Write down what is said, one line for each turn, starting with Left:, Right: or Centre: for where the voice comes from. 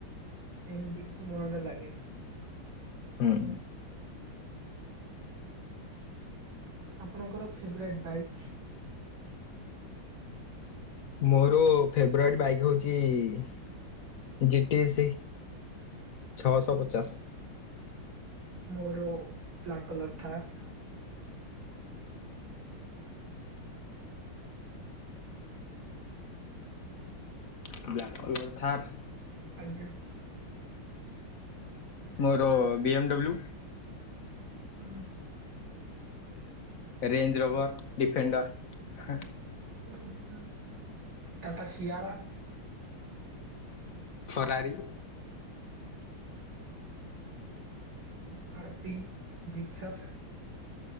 Right: ଏମିତି କିଛି ମନଟା ଲାଗେ।
Left: ହୁଁ
Right: ଆପଣଙ୍କର ଫେବରାଇଟ୍ ବାଇକ୍?
Left: ମୋର ଫେବରାଇଟ୍ ବାଇକ୍ ହଉଛି ଜି ଟି ଏସି। ଛଅଶହ ପଚାଶ।
Right: ମୋର black colour Thar.
Left: Black colour Thar.
Right: ଆଜ୍ଞା
Left: ମୋର ବି ଏମ୍ ଡବ୍ଲୁ।
Right: ଉଁ
Left: ରେଞ୍ଜ୍ ରୋଭର ଡିଫେଣ୍ଡର।
Right: ହୁଁ ହୁଁ Tata Sierra.
Left: Ferrari.
Right: Maruti, Gixxer.